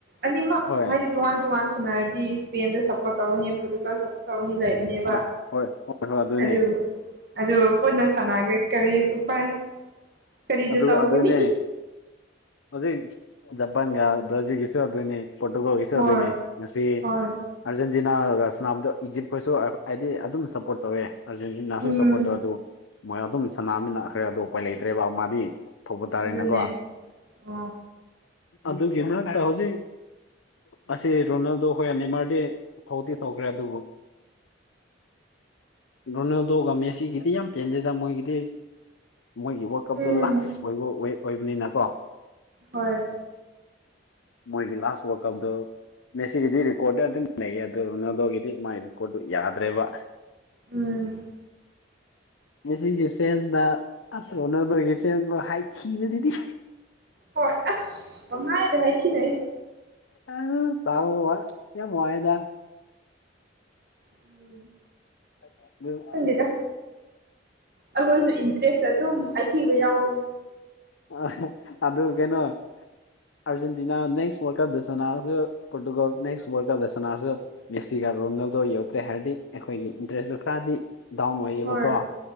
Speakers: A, on the right (about 50°); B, on the left (about 85°).
A: ꯑꯅꯤꯃꯛ
B: ꯍꯣꯏ
A: ꯍꯥꯏꯗꯤ ꯇꯣꯉꯥꯟ ꯇꯣꯉꯥꯟ ꯁꯥꯟꯅꯔꯗꯤ ꯏꯁꯄꯦꯟꯗ ꯁꯞꯄꯣꯔꯠ ꯇꯧꯔꯅꯤ ꯄꯣꯔꯇꯨꯒꯜꯗ ꯁꯞꯄꯣꯔꯠ ꯇꯧꯔꯅꯤ ꯂꯩ ꯅꯦꯕ
B: ꯍꯣꯏ ꯍꯣꯏ ꯍꯣꯏ ꯍꯣꯏ ꯑꯗꯨꯅꯦ
A: ꯑꯗꯨ ꯑꯗꯨ ꯄꯨꯟꯅ ꯁꯥꯟꯅꯈ꯭ꯔꯦ ꯀꯔꯤ ꯎꯄꯥꯏ ꯀꯔꯤꯗ
B: ꯑꯗꯨ
A: ꯇꯧꯒꯅꯤ
B: ꯑꯗꯨꯅꯦ ꯍꯧꯖꯤꯛ ꯖꯄꯥꯟꯒ ꯕ꯭ꯔꯥꯖꯤꯜꯒꯤꯁꯨ ꯑꯗꯨꯅꯤ ꯄꯣꯔꯇꯨꯒꯜꯒꯤꯁꯨ
A: ꯍꯣꯏ
B: ꯑꯗꯨꯅꯤ ꯉꯁꯤ
A: ꯍꯣꯏ
B: ꯑꯖ ꯁꯥꯅꯥꯕꯗ ꯏꯖꯤꯞꯈꯣꯏꯁꯨ ꯍꯥꯏꯗꯤ ꯑꯗꯨꯝ ꯁꯞꯄꯣꯔꯠ ꯇꯧꯋꯦ ꯑꯥꯔꯖꯦꯟꯇꯤꯅꯥꯁꯨ
A: ꯎꯝ
B: ꯁꯞꯄꯣꯔꯠ ꯇꯧꯋꯦ ꯑꯗꯨ ꯃꯣꯏ ꯑꯗꯨꯝ ꯁꯅꯥꯃꯤꯟꯅꯈ꯭ꯔꯦ ꯑꯗꯨ ꯎꯄꯥꯏ ꯂꯩꯇ꯭ꯔꯦꯕ ꯃꯥꯗꯤ ꯊꯣꯛꯄ ꯇꯥꯔꯦꯅꯀꯣ
A: ꯑꯗꯨꯅꯦ ꯑ
B: ꯑꯗꯨꯒꯤ ꯃꯔꯛꯇ ꯍꯧꯖꯤꯛ ꯑꯁꯤ ꯔꯣꯅꯥꯜꯗꯣ ꯑꯩꯈꯣꯏ ꯅꯤꯃꯔꯗꯤ ꯊꯣꯛꯇꯤ ꯊꯣꯛꯈ꯭ꯔꯦ ꯑꯗꯨꯕꯨ ꯔꯣꯅꯥꯜꯗꯣꯒ ꯃꯦꯁꯤꯒꯤꯗꯤ ꯌꯥꯝ ꯄꯦꯟꯗꯦꯗ ꯃꯣꯏꯒꯤꯗꯤ ꯃꯣꯏꯒꯤ
A: ꯎꯝ
B: ꯗ ꯂꯥꯁ ꯑꯣꯏꯕ ꯑꯣꯏꯕꯅꯤꯅꯀꯣ
A: ꯍꯣꯏ
B: ꯃꯣꯏꯒꯤ ꯂꯥꯁ
A: ꯑꯁ
B: ꯋꯔꯂ ꯀꯞꯗꯣ ꯃꯦꯁꯤꯒꯤꯗꯤ ꯔꯦꯀꯣꯔꯠꯇ ꯑꯗꯨꯝ ꯂꯩꯌꯦ ꯑꯗꯨ ꯔꯣꯅꯥꯗꯣꯒꯤꯗꯤ ꯃꯥꯒꯤ ꯔꯦꯀꯣꯔꯠꯇꯣ ꯌꯥꯗ꯭ꯔꯦꯕ
A: ꯎꯝ
B: ꯃꯦꯁꯤꯒꯤ ꯐꯦꯟꯁꯅ ꯑꯁ ꯔꯣꯅꯜꯗꯣꯒꯤ ꯐꯦꯟꯁꯕꯨ ꯍꯥꯏꯊꯤꯕꯁꯤꯗꯤ
A: ꯍꯣꯏ ꯑꯁ ꯄꯪꯍꯥꯏꯗ ꯍꯥꯏ ꯊꯤꯅꯩ
B: ꯑ ꯇꯕ ꯌꯥꯝ ꯋꯥꯏꯌꯦꯗ
A: ꯎꯝ
B: <inaudible>
A: ꯈꯪꯗꯦꯗ ꯑꯩꯈꯣꯏꯁꯨ ꯏꯟꯇꯔꯦꯁꯇ ꯑꯗꯨꯝ ꯍꯥꯏꯊꯤꯕ ꯌꯥꯎꯋꯦ
B: ꯑ ꯑꯗꯨ ꯀꯩꯅꯣ ꯑꯔꯖꯦꯟꯇꯤꯅꯥ ꯅꯦꯛꯁ ꯋꯥꯔꯂꯀꯞꯇ ꯁꯅꯔꯁꯨ ꯄꯣꯔꯇꯨꯒꯜ ꯅꯦꯛꯁ ꯋꯥꯔꯂꯀꯞꯇ ꯁꯥꯅꯔꯣ ꯃꯦꯁꯤꯒ ꯔꯣꯅꯥꯜꯗꯣ ꯌꯧꯗ꯭ꯔꯦ ꯍꯥꯏꯔꯗꯤ ꯑꯩꯈꯣꯏꯒꯤ ꯏꯟꯇꯔꯦꯁꯇꯨ ꯈꯔꯗꯤ ꯗꯥꯎꯟ ꯑꯣꯏꯌꯦꯕꯀꯣ
A: ꯍꯣꯏ